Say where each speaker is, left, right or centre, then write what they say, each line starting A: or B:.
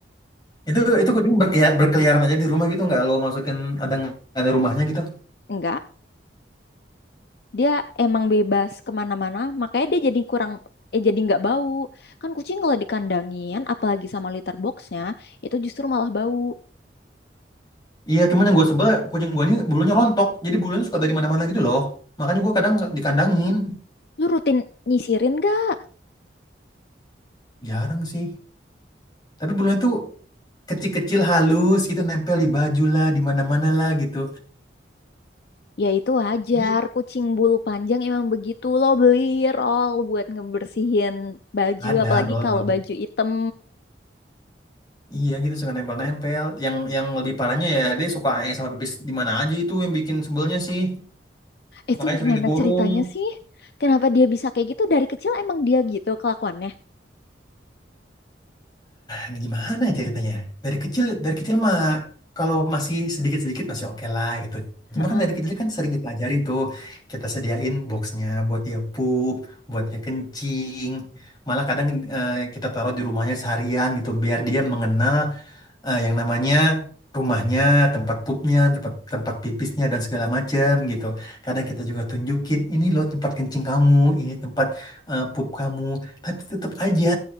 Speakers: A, on the left; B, on the left.
A: Itu itu kucing berkelia- berkeliaran aja di rumah gitu nggak lo masukin ada ada rumahnya gitu.
B: enggak dia emang bebas kemana-mana makanya dia jadi kurang eh jadi nggak bau kan kucing kalau dikandangin apalagi sama litter boxnya itu justru malah bau
A: Iya, cuman yang gue sebel kucing gue ini bulunya rontok. Jadi bulunya suka dari mana-mana gitu loh. Makanya gue kadang dikandangin.
B: lu rutin nyisirin gak
A: Jarang sih. Tapi bulunya tuh kecil-kecil halus gitu nempel di baju lah, di mana-mana lah gitu.
B: Ya itu wajar,
A: Jadi
B: kucing bulu panjang emang begitu lo beli roll buat ngebersihin baju,
A: ada
B: apalagi
A: rollnya.
B: kalau baju item.
A: Iya gitu suka nempel-nempel. Yang yang lebih parahnya ya dia suka aeng sama pipis di mana aja itu yang bikin sebelnya sih.
B: Itu
A: Makanya sering
B: gimana
A: dikurung.
B: ceritanya sih? Kenapa dia bisa kayak gitu? Dari kecil emang dia gitu kelakuannya?
A: Nah, gimana ceritanya? Dari kecil, dari kecil mah kalau masih sedikit-sedikit masih oke lah gitu. Cuma
B: Heeh.
A: kan dari kecil kan sering kita ajarin tuh, kita sediain boxnya buat dia pup, buat dia kencing. Malah kadang eh, kita taruh di rumahnya seharian gitu, biar dia mengenal eh, yang namanya rumahnya, tempat pupnya, tempat tempat pipisnya dan segala macam gitu. Kadang kita juga tunjukin ini loh tempat kencing kamu, ini tempat eh, pup kamu, tapi tetap aja